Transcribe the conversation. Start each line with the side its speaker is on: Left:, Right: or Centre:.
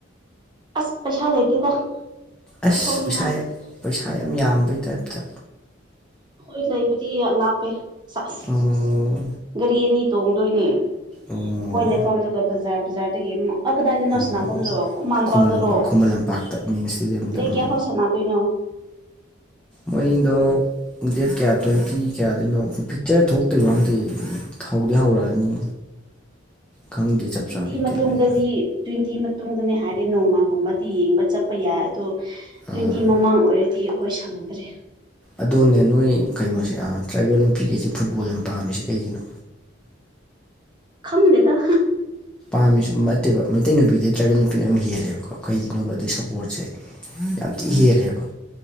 Right: ꯑꯁ ꯄꯩꯁꯥ ꯂꯩꯇꯦꯗ ꯆꯠꯊꯣꯛꯅꯤꯡꯉꯥꯏ
Centre: ꯑꯁ ꯄꯩꯁꯥ ꯄꯩꯁꯥ ꯌꯥꯝ ꯌꯥꯝꯕꯩ ꯇꯥꯏꯞꯇ
Right: ꯑꯈꫭꯏ ꯂꯩꯕꯗꯤ ꯂꯥꯞꯄꯦ ꯆꯁ
Centre: ꯑꯣ
Right: ꯒꯥꯔꯤ ꯑꯅꯤ ꯇꯣꯡꯗꯣꯏꯅꯦ ꯑꯩꯈꯣꯏ
Centre: ꯑꯣ
Right: ꯂꯩꯐꯝꯗꯨꯒ ꯕꯖꯥꯔ ꯕꯖꯥꯔꯗꯒꯤ ꯑꯃꯨꯛ ꯑ ꯀꯗꯥꯏꯗꯅꯣ
Centre: ꯑꯣ
Right: ꯁꯅꯥꯐꯝꯗꯣ ꯈꯨꯃꯪ ꯂꯝ
Centre: ꯈꯨꯃꯟ
Right: ꯄꯥꯛ ꯇꯔꯣ
Centre: ꯂꯝꯄꯥꯛ ꯈꯨꯃꯟ ꯂꯝꯄꯥꯛꯇ ꯃꯦꯟ ꯏꯁꯇꯦꯗꯤꯌꯝꯗ
Right: ꯗꯦꯠ
Centre: ꯎꯝ
Right: ꯀꯌꯥꯐꯥꯎ ꯁꯥꯟꯅꯗꯣꯏꯅꯣ
Centre: ꯃꯣꯏꯗꯣ ꯗꯦꯠ ꯀꯌꯥ ꯇ꯭ꯋꯦꯟꯇꯤ ꯀꯌꯥꯗꯩꯅꯣ ꯄꯤꯛꯆꯔ ꯊꯣꯛꯇꯣꯏꯔꯤꯕ ꯈꯪꯗꯦ ꯍꯧꯗꯤ ꯍꯧꯔꯛꯑꯅꯤ ꯈꯪꯗꯦ ꯆꯞ
Right: ꯇꯨ꯭ꯋꯦꯟꯇꯤ
Centre: ꯆꯥꯕꯤ
Right: ꯃꯇꯨꯡꯗꯗꯤ
Centre: ꯗꯦꯠ ꯑꯩ
Right: ꯇꯨ꯭ꯋꯦꯟꯇꯤ ꯃꯇꯨꯡꯗꯅꯦ ꯍꯥꯏꯔꯗꯤ ꯅꯣꯡꯃ ꯀꯨꯨꯝꯕꯗꯤ ꯌꯦꯡꯕ ꯆꯠꯄ ꯌꯥꯏ ꯑꯗꯣ ꯇꯨ꯭ꯋꯦꯟꯇꯤ
Centre: ꯑꯥ
Right: ꯃꯃꯥꯡ ꯑꯣꯏꯔꯗꯤ ꯑꯈꯣꯏ ꯁꯪꯗ꯭ꯔꯦ
Centre: ꯑꯗꯣꯅꯦ ꯅꯣꯏ ꯀꯩꯅꯣꯁꯦ ꯑ ꯇ꯭ꯔꯥꯏꯕꯦꯜ ꯅꯨꯄꯤꯈꯩꯁꯦ ꯐꯨꯠꯕꯣꯜ ꯌꯥꯝ ꯄꯥꯝꯃꯤꯁꯦ ꯀꯩꯒꯤꯅꯣ
Right: ꯈꯪꯗꯦꯗ
Centre: ꯄꯥꯝꯃꯤꯁꯨ ꯅꯠꯇꯦꯕ ꯃꯩꯇꯩ ꯅꯨꯄꯤꯗꯩ ꯇ꯭ꯔꯥꯏꯕꯦꯜ ꯅꯨꯄꯤꯅ ꯌꯥꯝ ꯍꯦꯜꯂꯦꯕꯀꯣ ꯀꯩꯒꯤꯅꯣ ꯑꯗꯩ ꯁꯞꯄꯣꯔꯠꯁꯦ ꯌꯥꯝꯊꯤ ꯍꯦꯜꯂꯦꯕ